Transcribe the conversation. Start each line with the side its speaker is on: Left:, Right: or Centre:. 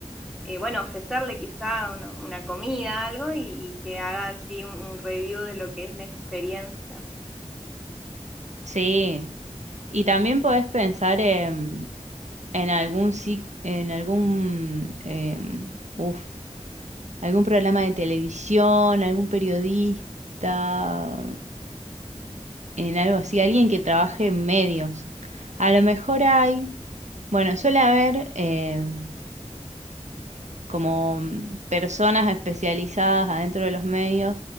Centre: eh, bueno, ofrecerle quizá una, una comida, algo, y, y que haga así un, un review de lo que es la experiencia.
Right: Sí, y también podés pensar en, en algún, ci- en algún, eh, uf, algún programa de televisión, algún periodista, en algo así, alguien que trabaje en medios. A lo mejor hay, bueno, suele haber... em, como mm, personas especializadas adentro de los medios